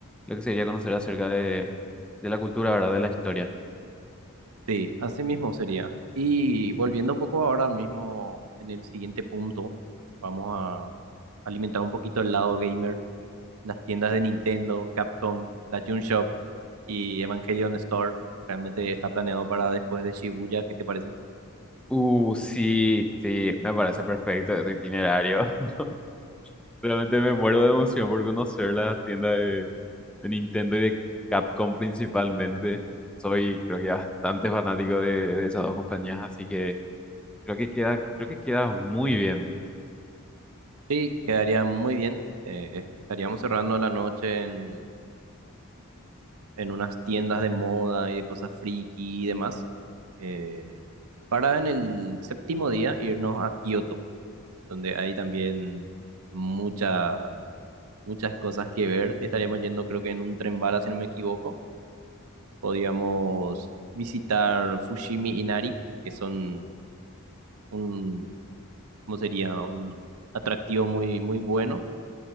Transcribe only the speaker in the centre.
lo que sería conocer acerca de, de la cultura, ¿verdad? De la historia.
Uh, sí, sí, me parece perfecto este itinerario. <laughs> Realmente me muero de emoción por conocer la tienda de, de Nintendo y de Capcom principalmente. Soy creo que bastante fanático de, de esas dos compañías, así que creo que queda, creo que queda muy bien.